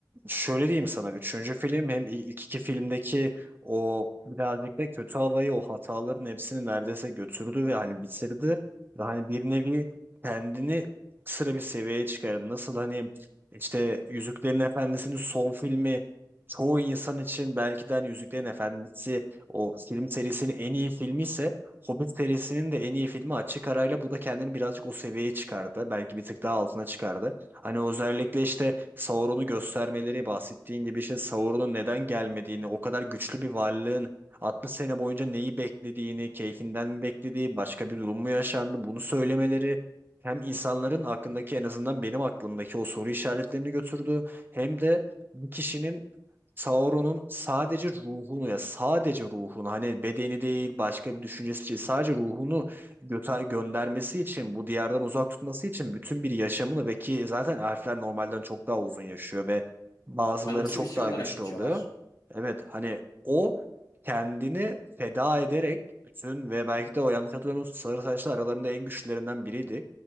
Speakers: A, on the right (about 25°); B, on the left (about 60°).
A: Şöyle diyeyim sana, üçüncü film hem il- ilk iki filmdeki o birazcık da kötü havayı, o hataların hepsini neredeyse götürdü ve hani bitirdi. Ve hani bir nevi kendini sıra bir seviyeye çıkardı. Nasıl hani işte Yüzüklerin Efendisi'nin son filmi çoğu insan için belki de hani Yüzüklerin Efendisi o film serisinin en iyi filmi ise Hobbit serisinin de en iyi filmi açık arayla bu da kendini birazcık o seviyeye çıkardı. Belki bir tık daha altına çıkardı. Hani özellikle işte Sauron'u göstermeleri bahsettiğin gibi işte Sauron'un neden gelmediğini, o kadar güçlü bir varlığın 60 sene boyunca neyi beklediğini, keyfinden mi beklediği, başka bir durum mu yaşandı bunu söylemeleri hem insanların aklındaki en azından benim aklımdaki o soru işaretlerini götürdü hem de bir kişinin Sauron'un sadece ruhunu ya sadece ruhunu hani bedeni değil başka bir düşüncesi değil sadece ruhunu göte- göndermesi için, bu diyardan uzak tutması için bütün bir yaşamını ve ki zaten elfler normalden çok daha uzun yaşıyor ve bazıları
B: Tanrımsı
A: çok
B: bir şey
A: daha
B: olarak
A: güçlü
B: geçiyorlar.
A: oluyor. Evet hani o kendini feda ederek bütün ve belki de o yanlış hatırlamıyorsam sarı saçlı aralarında en güçlülerinden biriydi.